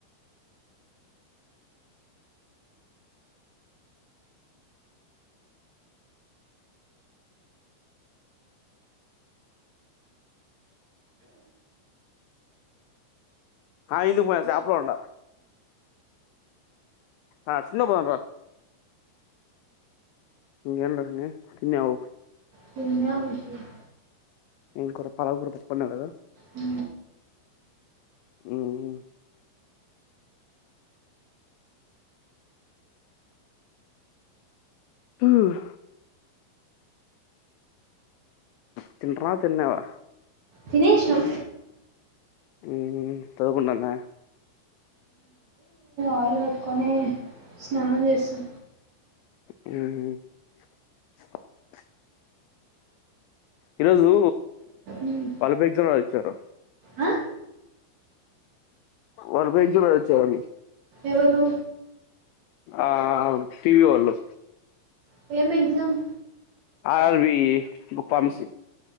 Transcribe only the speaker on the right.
కన్యా వూష్ పోయ్
ఊ
వినేష్ణు
ఆయిలీ బేట్టుకొని స్నానం చేస్తా
మ్మ్.
ఆ?
ఎవురు
వేం ఎగ్జామ్